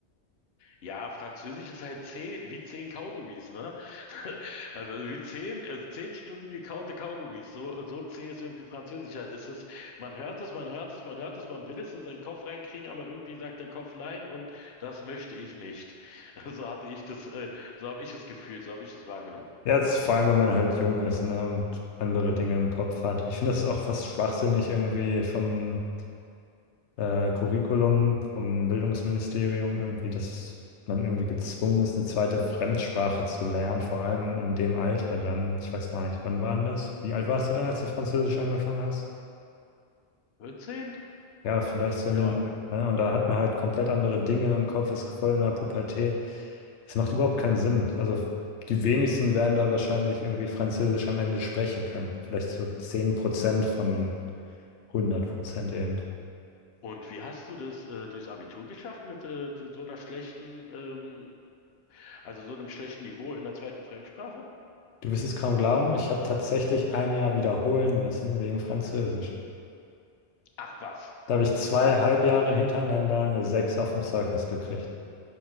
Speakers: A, on the left; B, on the left.
A: Ja, Französisch ist halt zehn, wie zehn Kaugummis, ne? <laughs> Also wie zehn, äh, zehn Stunden gekaute Kaugummis. So, so zäh ist irgendwie Französisch. Halt ist es, man hört es, man hört es, man hört es, man will es in seinen Kopf reinkriegen, aber irgendwie sagt der Kopf nein und das möchte ich nicht. <laughs> So hatte ich das, äh, so habe ich es gefühlt, so habe ich es wahrgenommen.
B: Ja, jetzt vor allem, wenn man halt jung ist, ne, und andere Dinge im Kopf hat. Ich finde das auch fast schwachsinnig irgendwie vom äh, Curriculum, vom Bildungsministerium irgendwie, dass man irgendwie gezwungen ist, eine zweite Fremdsprache zu lernen, vor allem in dem Alter dann. Ich weiß gar nicht, wann war denn das? Wie alt warst du da, als du Französisch angefangen hast?
A: 14?
B: Ja, vielleicht so in
A: Ja.
B: dem, Dreh, ne? Und da hat man halt komplett andere Dinge im Kopf, ist voll in der Pubertät. Es macht überhaupt keinen Sinn. Also die wenigsten werden da wahrscheinlich irgendwie Französisch am Ende sprechen können. Vielleicht so 10% von hundert Prozent eben.
A: Und wie hast du das äh, durchs Abitur geschafft mit äh, so einer schlechten, ähm, also so einem schlechten Niveau in der zweiten Fremdsprache?
B: Du wirst es kaum glauben, ich habe tatsächlich ein Jahr wiederholen müssen wegen Französisch.
A: Ach was.
B: Da habe ich zwei Halbjahre hintereinander eine 6 auf dem Zeugnis gekriegt.